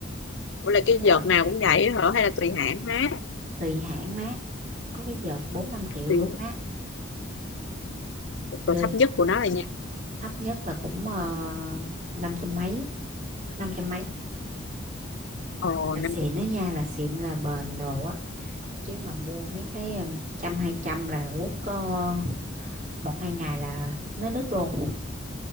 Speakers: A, on the left; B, on the right.
A: Ủa là cái
B: nhưng mà
A: vợt nào cũng vậy hả hay là tùy hãng má
B: tùy hãng má có cái vợt bốn năm triệu
A: tùy
B: luôn má
A: rồi
B: Chơi
A: thấp nhất của nó là nha
B: thấp nhất là cũng uh, 500 mấy có 500 mấy
A: ồ
B: là xịn
A: năm chục
B: đó nha là xịn là bền đồ á chứ mà mua mấy cái ờ, trăm hai trăm là quất có một hai ngày là nó nứt luôn